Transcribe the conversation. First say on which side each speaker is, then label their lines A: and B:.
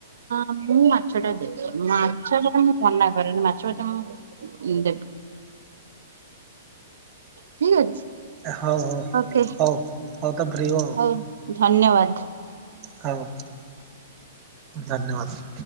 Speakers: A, on the right; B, on the right.
A: ହ ମୁଁ ମାଛଟା ଦେବି ମା ମାଛ ପାଇଁ ମୁଁ ମନା କରେନି ମାଛ ଭାତ ମୁଁ ଦେବି। ଠିକ ଅଛି।
B: ହଉ ହଉ
A: ଓକେ
B: ହଉ। ତ ଫ୍ରି ହୁଅ ଆଉ
A: ହଉ ଧନ୍ୟବାଦ।
B: ହଉ ଧନ୍ୟବାଦ।